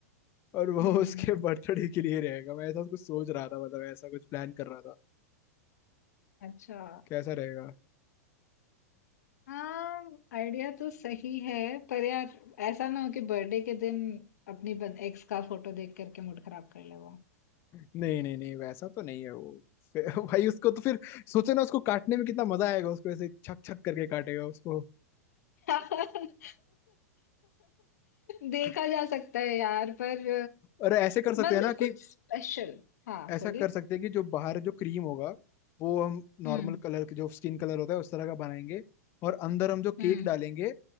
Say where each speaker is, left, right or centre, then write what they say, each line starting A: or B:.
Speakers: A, on the left; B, on the left.
A: और वो
B: हम्म
A: <laughs> उसके बर्थडे के लिए रहेगा मैं ऐसा कुछ सोच रहा था मतलब ऐसा कुछ प्लान कर रहा था
B: अच्छा
A: कैसा रहेगा
B: हाँ आइडिया तो सही है पर यार ऐसा ना हो कि बर्थडे के दिन अपनी एक्स का फोटो देख करके मूड खराब कर ले वो
A: नहीं नहीं नहीं वैसा तो नहीं है वो फिर- <laughs> भाई उसको तो फिर सोचो ना उसको काटने में कितना मजा आएगा उसको ऐसे छक छक करके काटेगा उसको
B: <laughs> देखा
A: <laughs>
B: जा सकता है यार पर
A: और ऐसे कर सकते
B: मतलब
A: हैं ना
B: कुछ
A: कि
B: स्पेशल हाँ
A: ऐसा
B: बोलिए
A: कर सकते हैं कि जो बाहर जो क्रीम होगा वो हम
B: हम्म
A: नॉर्मल कलर के जो स्किन कलर होता है उस तरह का बनाएंगे और अंदर हम जो
B: हम्म
A: केक डालेंगे